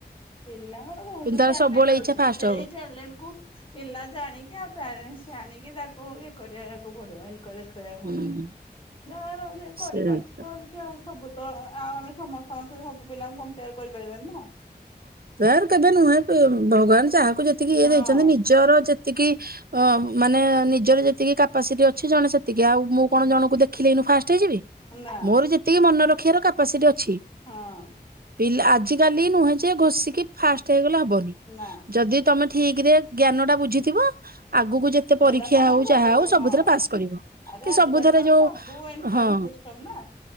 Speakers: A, on the left; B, on the right.
A: ପପିଲାଙ୍କର ବହୁତ
B: କିନ୍ତୁ ତାର
A: ଟ୍ୟାଲେଣ୍ଟ
B: ସବୁବେଳେ ଇଚ୍ଛା
A: ଅଛି
B: ଫାଷ୍ଟ
A: ସେଇ
B: ହବ
A: ଟ୍ୟାଲେଣ୍ଟ କୁ ପିଲା ଜାଣିକି ଆଉ ପେରେଣ୍ଟସ୍ ଜାଣିକି ତା ଓ ଇଏ କରିବାକୁ ପଡିବ କରିବାକୁ
B: ହୁଁ
A: ପଡିବ ଯାର କରିପାରୁଛି
B: ସେଇଟା
A: କରଛି ଆଉ ସବୁ ତ ଆଉ ଆମେ ସମସ୍ତଙ୍କ ବି ସବୁ ପିଲାଙ୍କୁ କ କରିପାରିବାନି ନା
B: ବା କେବେ ନୁହେଁ ଭଗବାନ ଜାହା କୁ ଯେତିକି ଇଏ
A: ହଁ
B: ଦେଇଛନ୍ତି ନିଜର ଯେତିକି ଅ ମାନେ ନିଜର ଯେତିକି କାପାସିଟି ଅଛି ଜଣେ ସେତିକି ଆଉ ମୁଁ କଣ ଜଣଙ୍କୁ ଦେଖିଲେଏଇନୁ ଫାଷ୍ଟ
A: ନା
B: ମୋର ଯେତିକି ମନ ରଖ ରଖିଆର କପାସିଟି ଅ ଛି
A: ହଁ
B: ପିଲା ଆ ଆଜିକାଲି ନୁହେଁ ଯେ ଘୋଷିକି ଫାଷ୍ଟ ହେଇଗଲା ଵନି
A: ନା
B: ଯଦି ତମେ ଠିକ ରେ ଜ୍ଞାନ ଟା ବୁଝିଥିବ ଆଗକୁ ଯେତେ ପରୀକ୍ଷା
A: ସେଇଟା ତମର
B: ହଉ
A: ସବୁ
B: ଯହା ହଉ ସବୁଥିରେ
A: ହଁ
B: ପାସ୍ କରିବ
A: ଆରେ
B: କି
A: ଆଜିକାଲି
B: ସବୁଥିରେ
A: ତ
B: ଯୋଉ
A: ସବୁ ଏଣ୍ଟ୍ରାନ୍ସ
B: ହଁ
A: ସିଷ୍ଟମ ନା